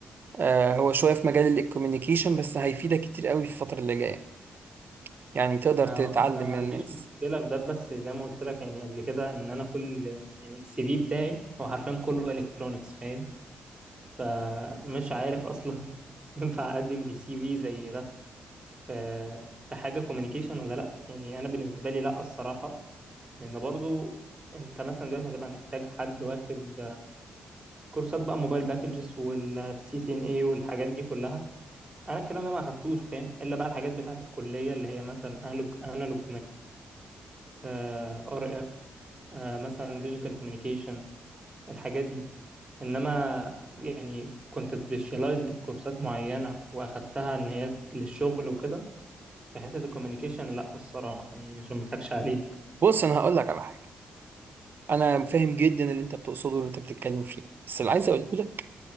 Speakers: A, on the right; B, on the right.
A: آه، هو شوية في مجال الكوميونيكيشن بس هيفيدك كتير قوي في الفترة اللي جاية يعني تقدر
B: ما
A: تتعلم
B: هو انا ما
A: من
B: آه، عنديش
A: الناس
B: مشكله في ده بس زي ما قلت لك يعني قبل كده ان انا كل يعني السي في بتاعي هو حرفيا كله الكترونكس فاهم فمش عارف اصلا <laughs> ينفع اقدم بسي في زي ده ف- في حاجه كوميونيكيشن ولا لا يعني انا بالنسبه لي لا الصراحه لان برضو انت مثلا دلوقتي هتبقى محتاج حد واخد كورسات بقى موبايل باكجز والسي سي ان اي والحاجات دي كلها انا الكلام ده ما اخدتوش فاهم الا بقى الحاجات بتاعت الكليه اللي هي مثلا انالوج انالوج ار اف مثلا ديجيتال كوميونيكيشن الحاجات دي انما يعني كنت سبيشالايزد في كورسات معينه واخدتها ان هي للشغل وكده في حته الكوميونيكيشن لا الصراحه يعني عشان ما اضحكش عليك
A: بص أنا هقول لك على حاجة أنا فاهم جدا اللي أنت بتقصده واللي أنت بتتكلم فيه بس اللي عايز أقوله لك